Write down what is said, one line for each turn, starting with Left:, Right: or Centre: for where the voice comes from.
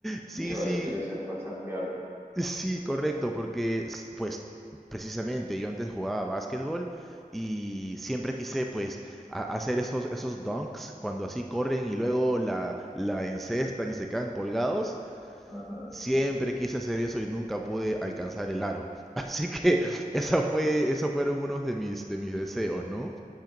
Centre: Sí,
Right: Dios,
Centre: sí.
Right: quiere ser bastante alto.
Centre: Sí, correcto, porque s- pues precisamente yo antes jugaba básquetbol y siempre quise pues a- hacer esos, esos dunks cuando así corren y luego la, la encestan y se quedan colgados.
Right: Ajá.
Centre: Siempre quise hacer eso y nunca pude alcanzar el aro. <laughs> Así que esa fue, esos fueron unos de mis, de mis deseos, ¿no?